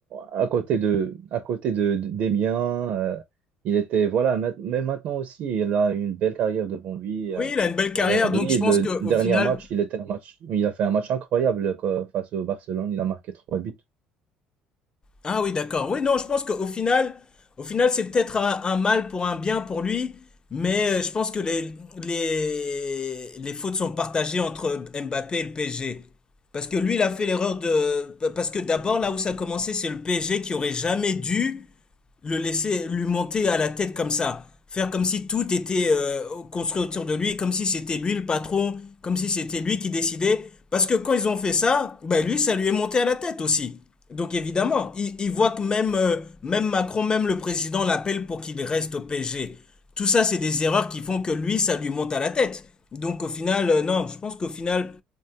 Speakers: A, on the right; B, on the left.
A: à côté de à côté de, de- des miens, euh, il était voilà. ma- Mais maintenant aussi, il a une belle carrière devant lui. euh,
B: Oui, il a une belle carrière,
A: au Real Madrid,
B: donc je pense
A: le
B: qu'au
A: dernier
B: final,
A: match, il était un match, il a fait un match incroyable quoi, face au Barcelone. Il a marqué trois buts.
B: Ah oui, d'accord. Oui, non, je pense qu'au final, au final, c'est peut-être un, un mal pour un bien pour lui, mais euh, je pense que les, les, les fautes sont partagées entre Mbappé et le PSG. Parce que lui, il a fait l'erreur de... Parce que d'abord, là où ça a commencé, c'est le PSG qui aurait jamais dû le laisser lui monter à la tête comme ça, faire comme si tout était euh, construit autour de lui, comme si c'était lui le patron, comme si c'était lui qui décidait. Parce que quand ils ont fait ça, ben lui, ça lui est monté à la tête aussi. Donc évidemment, il, il voit que même, euh, même Macron, même le président l'appelle pour qu'il reste au PSG. Tout ça, c'est des erreurs qui font que lui, ça lui monte à la tête. Donc au final, euh, non, je pense qu'au final,